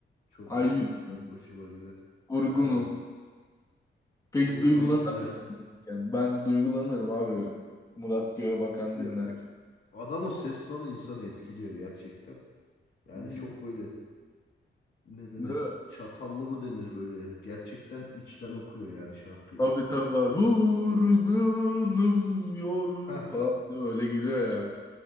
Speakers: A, on the left; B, on the left.
A: Çok
B: Ay
A: hoş.
B: yüzdüm.
A: Hoşuma gider.
B: Vurgunum.
A: Aynen.
B: Peki
A: Vurgunum
B: duygulanırken.
A: güzel.
B: Ben duygulanırım abi. Murat Göğebakan
A: Ya
B: dinlerken.
A: adamın ses tonu insanı etkiliyor gerçekten. Yani
B: Hı hı.
A: çok böyle ne denir?
B: Değil mi?
A: Çatallı mı denir böyle? Gerçekten içten okuyor yani şarkıyı.
B: Tabii tabii. Vurgunum
A: O,
B: yorgun
A: Ha,
B: falan değil mi? Öyle giriyor ya.